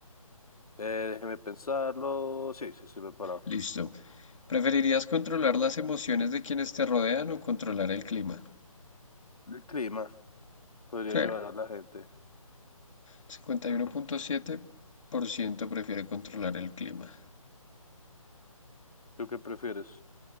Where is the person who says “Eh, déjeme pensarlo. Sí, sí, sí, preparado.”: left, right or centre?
Left